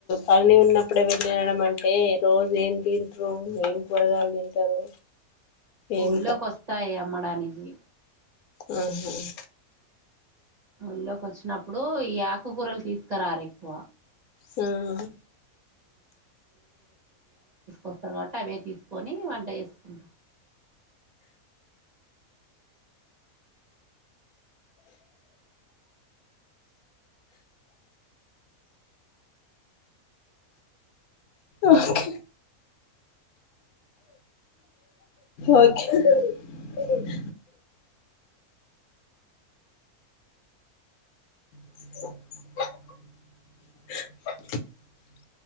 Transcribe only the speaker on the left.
పని ఉన్నప్పుడే వెళ్లినడం అంటే రోజు ఏం తీరుతరు నువ ఏం కూరగాలు తింటారు ఏం
మ్మ్ హ్మ్
మ్మ్
ఓకే ఓకె అష్ <unintelligible>